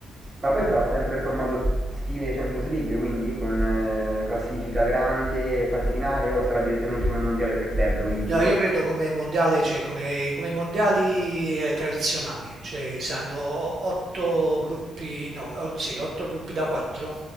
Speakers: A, on the right (about 20°); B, on the right (about 60°).
A: Ma poi sarà sempre formato stile Champions League, quindi con eh, classifica grande, fase finale, o sarà direttamente come mondiale per club, quindi giro.
B: No, io credo come mondiale, cioè come, come i mondiali eh, tradizionali, cioè si hanno otto gruppi, no, o- sì, otto gruppi da quattro,